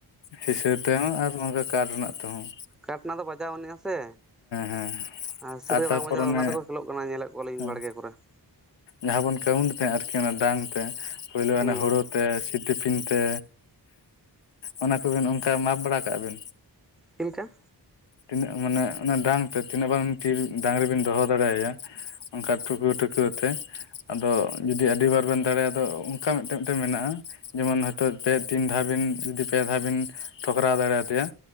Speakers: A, on the left (about 80°); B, in the centre.
A: ᱥᱤᱥᱟᱹ ᱛᱮᱦᱚᱸ ᱟᱨ ᱦᱚᱸᱜ ᱚᱝᱠᱟ ᱠᱟᱴ ᱨᱮᱱᱟᱜ ᱛᱮᱦᱚᱸ ᱾
B: ᱠᱟᱴ ᱨᱮᱱᱟᱜ ᱫᱚ ᱵᱟᱡᱟᱣ ᱟᱱᱤᱜ-ᱟ ᱾ ᱥᱮ
A: ᱦᱮᱸ
B: ᱟᱨ ᱥᱤᱨᱮᱯ
A: ᱛᱟᱨᱯᱚᱨ
B: ᱵᱟᱝ ᱵᱟᱡᱟᱭ
A: ᱚᱱᱮ
B: ᱚᱱᱟ ᱛᱮᱠᱚ ᱠᱷᱮᱞᱳᱜ ᱠᱟᱱᱟ ᱧᱮᱞᱮᱜ ᱠᱚᱣᱟᱞᱤᱧ
A: ᱦᱮᱸ
B: ᱵᱟᱲᱜᱮ ᱠᱚᱨᱮ ᱾
A: ᱡᱟᱦᱟᱸ ᱵᱚᱱ ᱠᱟᱹᱣᱩᱱᱴ ᱛᱟᱦᱮᱸ ᱟᱨᱠᱤ, ᱚᱱᱟ ᱰᱟᱝ ᱛᱮ ᱯᱳᱭᱞᱳ ᱚᱱᱟ
B: ᱦᱩᱸ
A: ᱦᱳᱲᱳ ᱛᱮ ᱥᱤᱯ ᱴᱤᱯᱤᱱ ᱛᱮ ᱚᱱᱟ ᱠᱚᱵᱤᱱ ᱚᱱᱠᱟ ᱢᱟᱯ ᱵᱟᱲᱟ ᱠᱟᱜ-ᱟ ᱵᱤᱱ?
B: ᱪᱮᱫ ᱞᱮᱠᱟ?
A: ᱛᱤᱱᱟᱹᱜ ᱢᱟᱱᱮ ᱚᱱᱟ ᱰᱟᱝ ᱛᱮ ᱛᱤᱱᱟᱹᱜ ᱰᱟᱝ ᱴᱤᱨ ᱰᱟᱝᱨᱤᱵᱤᱱ ᱫᱚᱦᱚ ᱫᱟᱲᱮᱭᱟᱭᱟ ᱾ ᱚᱱᱠᱟ ᱴᱩᱷᱠᱟᱹᱣ ᱴᱷᱩᱠᱟᱹᱣ ᱛᱮ ᱾ ᱟᱫᱚ ᱡᱩᱫᱤ ᱟᱹᱰᱤ ᱵᱟᱨ ᱵᱮᱱ ᱫᱟᱲᱮᱭᱟᱜᱼᱟ, ᱟᱫᱚ ᱚᱱᱠᱟ ᱢᱤᱫᱴᱮᱱ ᱢᱤᱫᱴᱮᱱ ᱢᱮᱱᱟᱜ-ᱟ ᱾ ᱡᱮᱢᱚᱱ ᱦᱚᱭᱛᱚ ᱯᱮ ᱛᱤᱱ ᱫᱷᱟᱣ ᱵᱤᱱ ᱡᱩᱫᱤ ᱯᱮ ᱫᱷᱟᱣ ᱵᱤᱱ ᱴᱷᱚᱠᱨᱟᱣ ᱫᱟᱲᱮᱭᱟᱫᱮᱭᱟ᱾